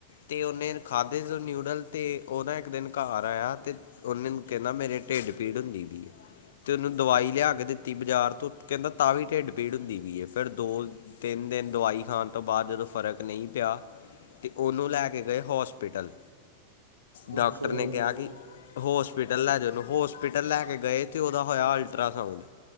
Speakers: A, on the left (about 60°); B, on the right (about 85°).
A: ਤੇ ਉਹਨੇ
B: ਅੱਛਾ
A: ਖਾਧੇ ਜੋ ਨਿਊਡਲ। ਤੇ ਉਹ ਨਾ ਇੱਕ ਦਿਨ ਘਰ ਆਇਆ ਤੇ ਉਹਨੇ ਕਹਿੰਦਾ ਮੇਰੇ ਢਿੱਡ ਪੀੜ ਹੁੰਦੀ ਪਈ ਏ ਤੇ ਉਹਨੂੰ ਦਵਾਈ ਲਿਆ ਕੇ ਦਿੱਤੀ ਬਾਜ਼ਾਰ ਤੋਂ ਕਹਿੰਦਾ। ਤਾਂ ਵੀ ਢਿੱਡ ਪੀੜ ਹੁੰਦੀ ਪਈ ਹੈ ਫਿਰ ਦੋ ਤਿੰਨ ਦਿਨ ਦਵਾਈ ਖਾਣ ਤੋਂ ਬਾਅਦ ਜਦੋਂ ਫ਼ਰਕ ਨਹੀਂ ਪਿਆ ਇੱਕ ਉਹਨੂੰ ਲੈ ਕੇ ਗਏ ਹੋਸਪੀਟਲ। ਡਾਕਟਰ
B: ਅੱਛਾ
A: ਨੇ
B: ਜੀ
A: ਕਿਹਾ ਕਿ? ਹੋਸਪਿਟਲ ਲੈ ਜਾਓ ਉਹਨੂੰ ਹੋਸਪੀਟਲ ਲੈ ਕੇ ਗਏ ਤੇ ਉਹਦਾ ਹੋਇਆ ਅਲਟਰਾਸਾਊਂਡ।